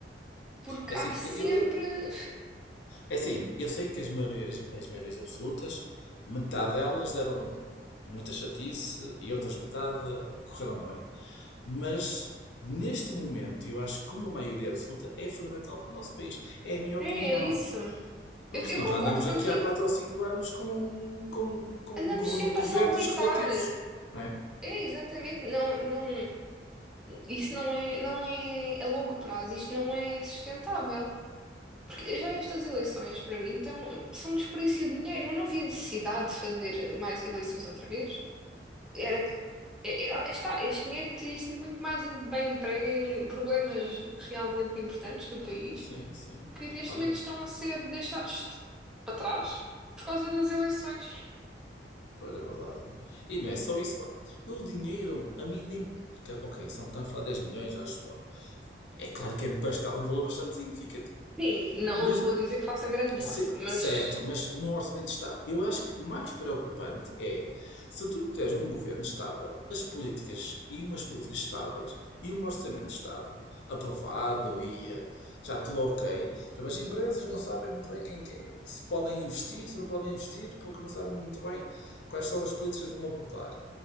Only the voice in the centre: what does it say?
Porque
há sempre.
É, é isso.
Eu, eu
concordo
contigo.
Andamos
sempre
a saltitar.
É, exatamente. Não, não, isso não é, não é a longo prazo, isto não é sustentável. Porque já estas eleições, para mim, então, são um desperdício de dinheiro. Eu não havia necessidade de fazer mais eleições outra vez. Era, É- é- ah, Está, este dinheiro teria sido muito mais em- bem emprego em problemas realmente importantes do país,
que neste
momento estão a ser deixados de- para trás por causa das eleições.
Sim, não
vou
dizer que faça grande
moça, mas